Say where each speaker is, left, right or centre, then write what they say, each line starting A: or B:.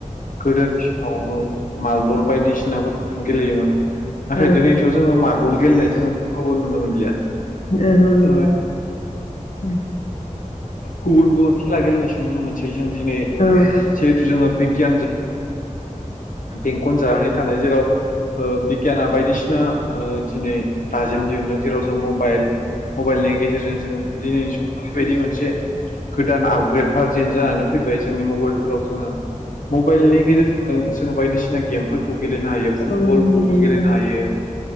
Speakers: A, on the left (about 80°); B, on the left (about 60°).
A: गोदोनि समाव औ मालबर बायदिसिनाफोरखौ गेलेयोमोन नाथाय
B: औ
A: दिनैथ' जोङो मारबल गेलेनाय जों खौबो नुनो मोनलिया
B: ओहो
A: <unintelligible>
B: नुला
A: <unintelligible>
B: औ
A: गुबुन गुबुन खेला गेलेनायसो नुनो मोनसै जों दिनै
B: औ
A: जिहेथु जों बिगियानजो बेंखन जानानै थानाय जेराव ओ बिगियाना बायदिसिना दिनै दाजेम दिहुनदों जेराव जों मबाइल मबाइलनि गेजेरजों जोङो दिनै बेबायदि मोनसे गोदान आपग्रेड भारजेन जानानै फैबाय जोंनि मबाइलफोराव जोङो मबाइलनि गेजेरजोंनो जोङो बायदिसिना गेमफोर खौ गेलेनो हायो फुटबलखौबो
B: औ गेलेनोबो
A: गेलेनो हायो